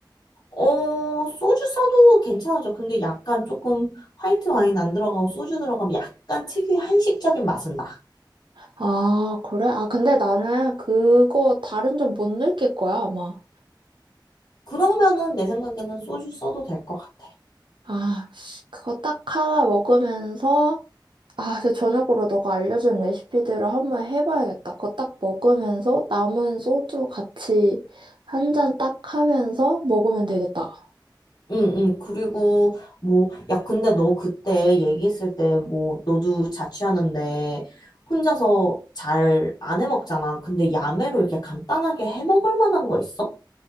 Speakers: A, on the left; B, on the right.
A: 어, 소주 써도 괜찮아져. 근데 약간 조금 화이트 와인 안 들어가고 소주 들어가면 약간 특유의 한식적인 맛은 나.
B: 아, 그래? 아, 근데 나는 그거 다른 점 못 느낄 거야, 아마.
A: 그러면은 내 생각에는 소주 써도 될 것 같아.
B: 아, 그거 딱 하나 먹으면서 아, 근데 저녁으로 너가 알려준 레시피들을 한번 해봐야겠다. 그거 딱 먹으면서 남은 소주 같이 한 잔 딱 하면서 먹으면 되겠다.
A: 응, 응. 그리고, 뭐, 야, 근데 너 그때 얘기했을 때, 뭐, 너도 자취하는데, 혼자서 잘 안 해 먹잖아. 근데 야매로 이렇게 간단하게 해 먹을 만한 거 있어?